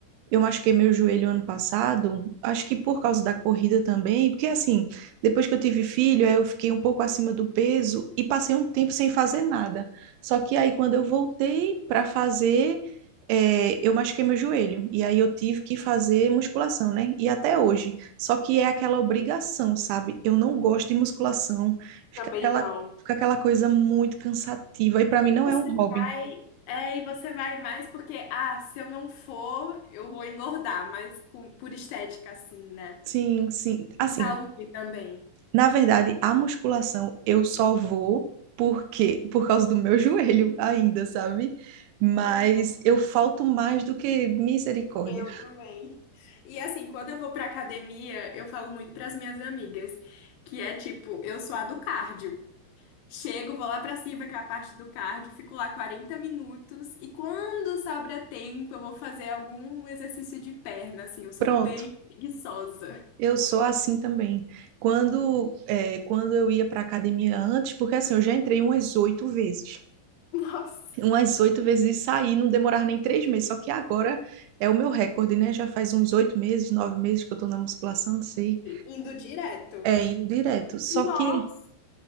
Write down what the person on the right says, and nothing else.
eu machuquei meu joelho ano passado, acho que por causa da corrida também, porque assim, depois que eu tive filho, aí eu fiquei um pouco acima do peso e passei um tempo sem fazer nada. Só que aí quando eu voltei para fazer, eh, eu machuquei meu joelho e aí eu tive que fazer musculação, né? E até hoje. Só que é aquela obrigação, sabe? Eu não gosto de musculação, fica
aquela,
fica aquela coisa muito cansativa e para mim não
é um hobby.
Sim, sim.
Assim,
Na verdade, a musculação eu só vou porque por causa do meu <laughs> joelho ainda, sabe? Mas
eu falto mais do que misericórdia.
Pronto.
Eu sou assim também. Quando, é, quando eu ia para academia antes, porque assim, eu já entrei umas oito vezes.
Umas oito vezes e saí, não demorava nem três meses. Só que agora é o meu recorde, né? Já faz uns oito meses, nove meses que eu tô na musculação, não sei.
É, indo direto. Só
que